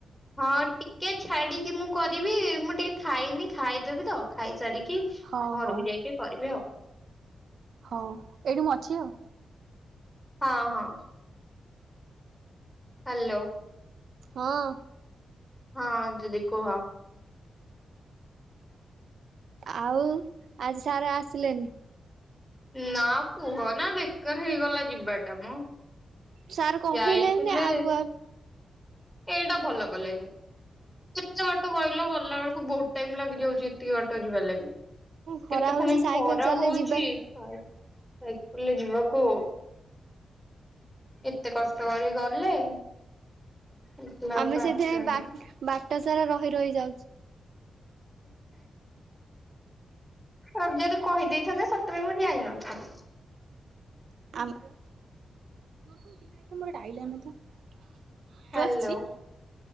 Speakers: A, in the centre; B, on the right.
A: ହଁ ଟିକେ ଛାଡିକି ମୁଁ କରିବି ମୁଁ ଟିକେ ଖାଇନି ଖାଇଦେବି ତ। ଖାଇସାରିକି ଘରକୁ
B: ହଉ ହଉ
A: ଯାଇକି କରିବି ଆଉ।
B: ହଉ ଏଇଠି ମୁଁ ଅଛି ଆଉ।
A: ହଁ ହଁ। ହ୍ୟାଲୋ।
B: ହଁ।
A: ହଁ ଦିଦି କୁହ।
B: ଆଉ ଆଜି ସାରେ ଆସିଲେନି?
A: ନା କୁହନା ବେକାର ହେଇଗଲା ଯିବାଟା ମ!
B: ସାର୍ କହିଲେନି
A: ଯାଇଥିଲେ
B: ଆଗୁଆ
A: ଏଇଟା ଭଲ କଲେନି। କେତେ ବାଟ କହିଲୁ ଗଲା ବେଳକୁ ବହୁତ ଟାଇମ ଲାଗିଯାଉଚି ଏତିକି ବାଟ ଯିବା ଲାଗି।
B: ଖରା
A: କେତେ
B: ହଉଛି
A: ଫୁଣି
B: ସାଇକେଲ
A: ଖରା
B: ଚଲେଇ
A: ହଉଚି
B: ଯିବା
A: ସାଇକଲରେ ଯିବାକୁ ଏତେ କଷ୍ଟ କରି ଗଲେ ଦେଖିଲା ବେଳକୁ
B: ଆମେ
A: ଆସିଲାନି।
B: ସେଥିପାଇଁ ବା ବାଟ ସାରା ରହି ରହି ଯାଉଛୁ।
A: ସ ଯଦି କହିଦେଇଥାନ୍ତେ ସତେରେ ମୁଁ ଯାଇ ନ ଥାନ୍ତି।
B: <unintelligible>
A: ହ୍ୟାଲୋ।
B: ଆସିଛି?